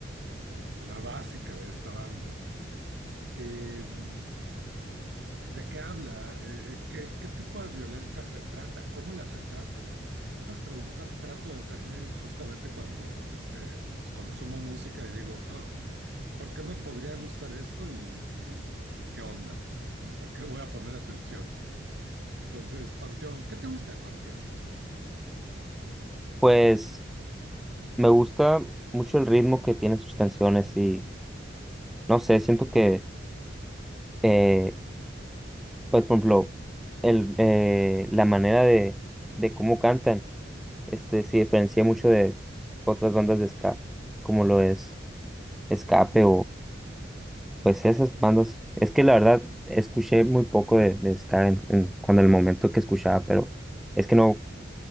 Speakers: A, on the right; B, in the centre.
A: la básica de esta banda. Em, ¿de qué habla? Eh, eh, ¿qué, qué tipo de violencias retrata? ¿Cómo las retrata? Esas preguntas trato de hacerme justamente cuando este, pues, consumo música y digo, "Oh, ¿por qué me podría gustar esto y, y qué onda? ¿Por qué voy a poner atención? Entonces, Panteón, ¿qué te gusta de Panteón?
B: Pues me gusta mucho el ritmo que tienen sus canciones y no sé, siento que, eh, pues, por ejemplo, el, eh, la manera de, de cómo cantan este, se diferencia mucho de otras bandas de ska, como lo es Escape Pues esas bandas, es que la verdad escuché muy poco de, de ska en, en- cuando el momento que escuchaba, pero es que no,